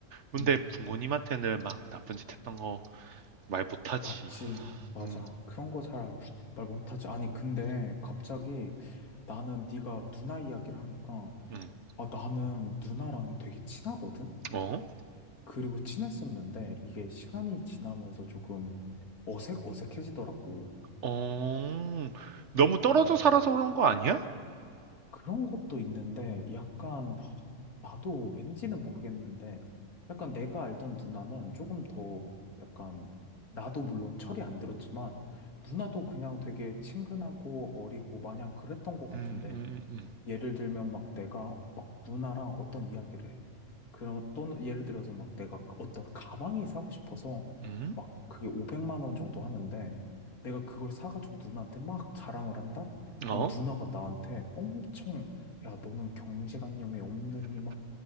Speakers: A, on the right; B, on the left.
A: 근데
B: 음,
A: 부모님한테는 막 나쁜 짓 했던 거 말 못하지.
B: 맞지. 맞아.
A: 음,
B: 그런 거 잘 말 못하지. 아니, 근데
A: 음,
B: 갑자기 나는 네가 누나 이야기를 하니까
A: 음.
B: 아, 나는 누나랑 되게 친하거든?
A: 어?
B: 그리고 친했었는데 이게 시간이 지나면서 조금 어색, 어색해지더라고.
A: 어? 너무
B: 약,
A: 떨어져
B: 음,
A: 살아서 그런 거 아니야?
B: 그런 것도 있는데, 약간,
A: 음,
B: 하, 나도 왠지는 모르겠는데, 약간 내가 알던 누나는 조금 더, 약간, 나도 물론 철이 안 들었지만, 누나도 그냥 되게 친근하고 어리고 마냥 그랬던 것 같은데,
A: 음, 음,
B: 예를 들면 막 내가 막 누나랑 어떤 이야기를 해. 그런 또 예를 들어서 막 내가 어떤 가방이 사고 싶어서
A: 음,
B: 막 그게 500만 원 정도 하는데 내가 그걸 사가지고 누나한테 막 자랑을 한다?
A: 음?
B: 그럼
A: 어?
B: 누나가 나한테 엄청 야 너는 경제관념이 없느니 막